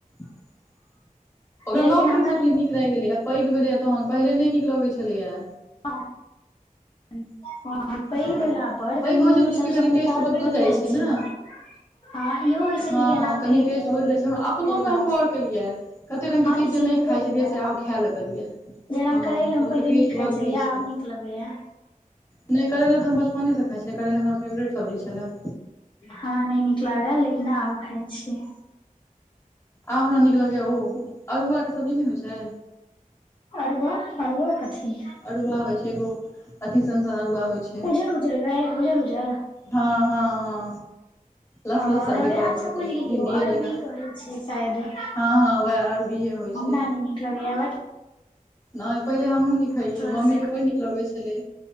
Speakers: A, on the left; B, on the left.
A: ओकरा
B: लेकिन
A: नव पर
B: हमरा
A: ईसब
B: इहो
A: चीज नीक लागि गेलै पैघ भेलैए तखन पहिले नहि नीक लगै छलैएा
B: आ। <unintelligible> पैध
A: हँ
B: भेला पर
A: पैघ
B: कनि-मनी
A: होइ छै तऽ लोकके
B: सभ
A: कनि
B: समाचार
A: टेस्ट बदलि
B: भऽ जाइ छै।
A: ने
B: ह इहो होइ छै
A: हँ
B: जे केना
A: कनि
B: फेकब,
A: टेस्ट बदलि जाइ छै हमरा अपनो
B: से
A: मे
B: बात।
A: हम गौर केलियै कते रंग के
B: हँ
A: चीज
B: ई
A: जे नहि
B: हमरो
A: खाइ छलियै,
B: भेले
A: से आब खाए लगलियै।
B: जेना
A: हँ
B: करैल हम
A: तऽ लोकके
B: पहिले
A: टेस्ट
B: नहि खाइ
A: बदलै
B: छलियै,
A: छै
B: आब नीक लगैए।
A: नहि करैला तऽ हम बचपनेसँ खाइ छलियै करैला हमरा फेवरेट सब्जी छलै।
B: हमरा नहि नीक लागल लेकिन आब खाइ छी।
A: आब हमरा नीक लगैए ओ, अड़हुआके सब्जी नहि होइ छै।
B: अरुआ अरुआ कथी
A: अरुआ होइ छै एगो। अथी सन- सन उरूआ होइ छै,
B: उजर उजर गै उजर उजर
A: हँ हँ हँ। लस
B: आ
A: लस
B: अच्छा
A: सन के करैत रहतौ
B: बुझि गेलियौ,
A: भिंडीए
B: अरबी
A: जकाँ
B: कहै छैय शायद। हमरा
A: हँ हँ वएह अरबिये होइ छै
B: नइ नीक लगैय, भट्ट।
A: नहि पहिले हमहूं निक। खाइये,
B: लस
A: मम्मी के बड्ड नीक लगे छलै